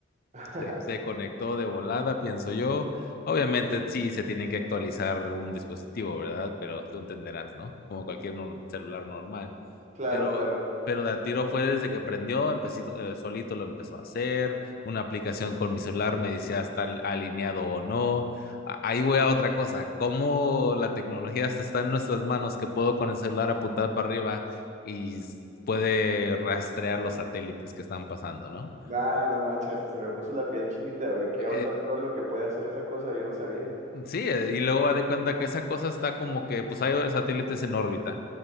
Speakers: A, on the right; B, on the left.
A: <laughs>
B: Se, se conectó de volada, pienso yo. Obviamente sí se tienen que actualizar un dispositivo, ¿verdad? Pero tú entenderás, ¿no? Como cualquier nor- celular normal.
A: Claro,
B: Pero,
A: claro.
B: pero de a tiro fue desde que prendió, empecé, eh, solito lo empezó a hacer. Una aplicación con mi celular me decía está alineado o no. A- Ahí voy a otra cosa. Cómo la tecnología hasta está en nuestras manos, que puedo con el celular apuntar para arriba y s- puede rastrear los satélites que están pasando, ¿no?
A: Ah, no manches, hasta se me puso la piel chinita, güey. ¿Qué
B: Eh,
A: onda todo lo que puede hacer esa cosa? Yo no sabía.
B: Sí, eh, y luego haz de cuenta que esa cosa está como que, pues hay satélites en órbita.